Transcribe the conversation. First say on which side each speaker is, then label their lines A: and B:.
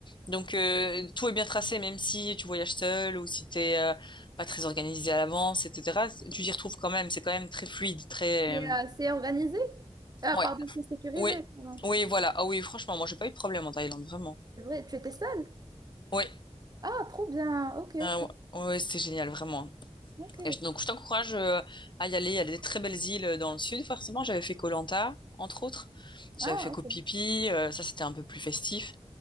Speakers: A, on the left; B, on the right.
A: Donc euh, tout est bien tracé, même si tu voyages seul ou si t'es euh, pas très organisé à l'avance, etc. Tu t'y retrouves quand même. C'est quand même très fluide, très.
B: Et,
A: euh,
B: euh, c'est organisé? Ah,
A: Ouais.
B: pardon, c'est sécurisé.
A: Oui.
B: pardon.
A: Oui, voilà. Ah oui, franchement, moi j'ai pas eu de problème en Thaïlande, vraiment.
B: C'est vrai, tu étais seule?
A: Oui.
B: Ah, trop bien. Ok,
A: Ah
B: ok,
A: ouais, ouais, c'était génial, vraiment.
B: ok.
A: Et je- donc je t'encourage euh, à y aller. Il y a des très belles îles euh, dans le sud, forcément. J'avais fait Koh Lanta, entre autres. J'avais
B: Ah,
A: fait Koh
B: ok.
A: Phi Phi. euh, ça, c'était un peu plus festif.